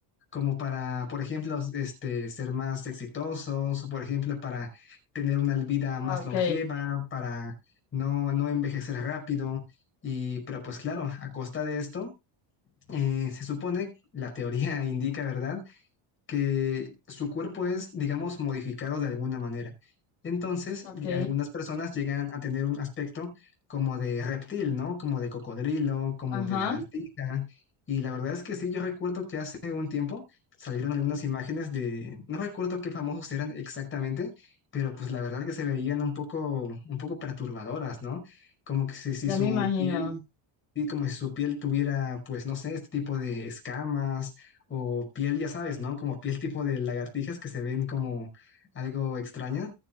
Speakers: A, on the left (about 25°); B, on the left (about 60°).
A: como para, por ejemplo, este, ser más exitosos, o por ejemplo, para tener una vida
B: Ah,
A: más
B: ok,
A: longeva, para no, no envejecer rápido. Y, pero pues claro, a costa de esto, eh, se supone, la teoría <laughs> indica, ¿verdad? que su cuerpo es, digamos, modificado de alguna manera. Entonces,
B: ok,
A: y algunas personas llegan a tener un aspecto como de reptil, ¿no? Como de cocodrilo, como
B: ajá,
A: de lagartija. Y la verdad es que sí, yo recuerdo que hace un tiempo salieron algunas imágenes de, no recuerdo qué famosos eran exactamente, pero pues la verdad que se veían un poco, un poco perturbadoras, ¿no? Como que si, si
B: ya
A: su
B: me imagino.
A: piel Sí, como si su piel tuviera, pues no sé, este tipo de escamas o piel, ya sabes, ¿no? Como piel tipo de lagartijas que se ven como algo extrañas.